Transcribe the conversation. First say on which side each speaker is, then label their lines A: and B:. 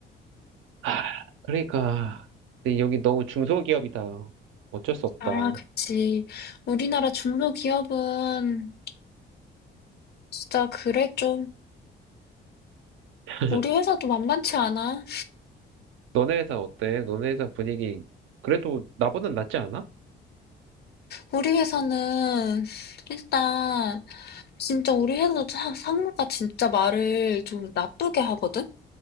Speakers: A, on the right (about 85°); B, on the left (about 55°).
A: 아, 그러니까 근데 여기 너무 중소기업이다. 어쩔 수 없다.
B: 아, 그치. 우리나라 중소기업은 진짜 그래 좀.
A: <laughs>
B: 우리 회사도 만만치 않아.
A: 너네 회사 어때? 너네 회사 분위기 그래도 나보단 낫지 않아?
B: 우리 회사는 일단 진짜 우리 회사도 사- 상무가 진짜 말을 좀 나쁘게 하거든?